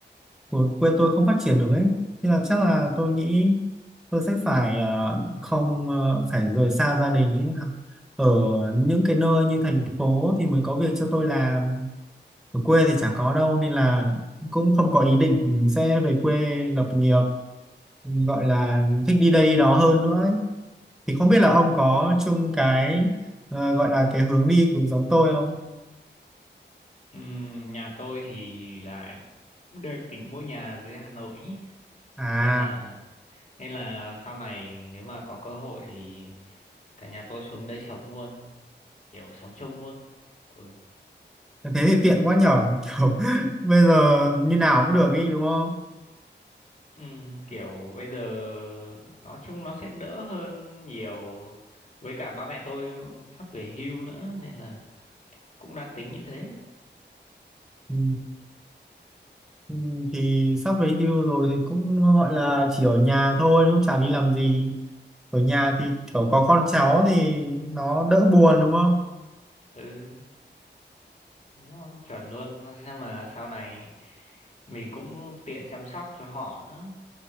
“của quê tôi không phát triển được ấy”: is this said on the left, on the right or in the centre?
Centre